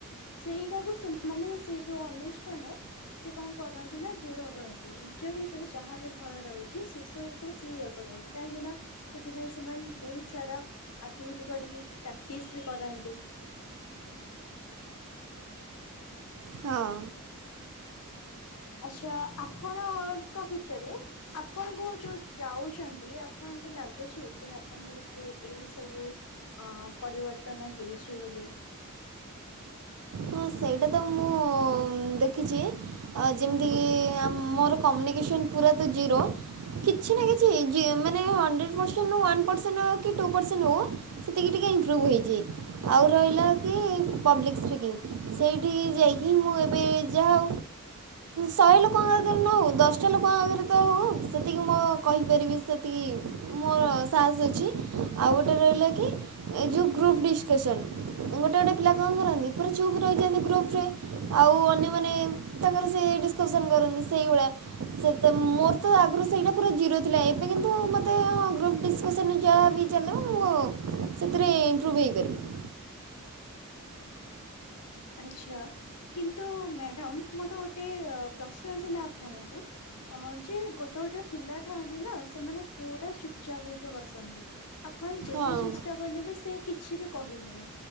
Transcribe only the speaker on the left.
ସେଇଟାକୁ ସେ ମାନେ ସେଇ ଯୋଉ ଅନୁଷ୍ଠାନ ସେ କଣ କରନ୍ତି ନା ଦୂର କରନ୍ତି, ନିଜ ଭିତରେ ଯାହା ବି ଭୟ ରହିଛି ସେ ସବୁକୁ ସିଏ ଇଏ କରନ୍ତି। କାହିଁକି ନା ସେଥିପାଇଁ ସେମାନେ ବୋହୁତ୍ ସାରା ଆଟିଭିଟି କରିକି ପ୍ରାକ୍ଟିସ ବି କରନ୍ତି।
ଆଛା ଆପଣଙ୍କ ଭିତରେ ଆପଣଙ୍କୁ ଯୋଉ ଯାଉଛନ୍ତି ଆପଣଙ୍କୁ ଲାଗୁଛି ଯେ ଆପଣଙ୍କ ଭିତରେ ଏଇ ସବୁ ଅ ପରିବର୍ତ୍ତନ ହେଇଛି ବୋଲି?
ଆଚ୍ଛା କିନ୍ତୁ ମ୍ୟାଡ଼ାମ ମୋର ଗୋଟେ ପ୍ରଶ୍ନ ଥିଲା ଆପଣଙ୍କୁ ଅ ଯିଏ ଗୋଟେ ଗୋଟେ ପିଲା ଥାଆନ୍ତି ନା ସେମାନେ ପୁରା ଚୁପ୍ ଚାପ୍ ହେଇକି ବସନ୍ତି। ଆପଣ ଯେତେ
ଚେଷ୍ଟା କଲେ ବି ସେ କିଛି ବି କହିବେନି,